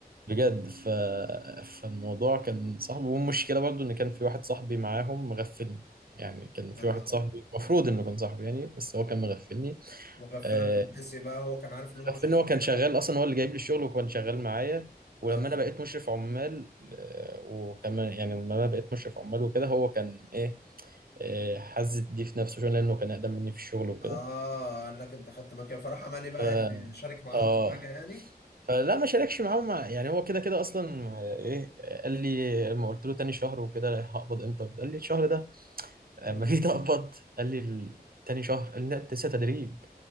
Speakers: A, on the right (about 65°); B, on the left (about 85°).
A: بجد ف... فالموضوع كان صعب والمشكله برضو ان كان في واحد صاحبي معاهم مغفلني يعني كان في
B: يا نهار
A: واحد صاحبي
B: ابيض
A: المفروض انه كان صاحبي يعني بس هو كان مغفلني
B: مغفلك
A: آه،
B: من حسي بقى هو كان عارف ان هم مش
A: في
B: هيجيبوا
A: ان هو كان
B: حاجه
A: شغال اصلا هو اللي جايب لي الشغل وكان شغال معايا
B: آه.
A: ولما انا بقيت مشرف عمال آه، وكان يعني لما انا بقيت مشرف عمال وكده هو كان ايه آه، حز دي في نفسه شويه لانه كان اقدم مني في الشغل وكده
B: اه قال لك انت خدت مكان فراح عمل ايه بقى
A: ف
B: يعني شارك معاهم
A: اه
B: في حاجه يعني
A: فلا ما شاركش معاه مع يعني هو كده كده اصلا آه، ايه آه، قال لي لما قلت له تاني شهر وكده هقبض امتى قال لي الشهر ده اما
B: اه
A: جيت اقبض قال لي ال- تاني شهر قال لي لا انت لسه تدريب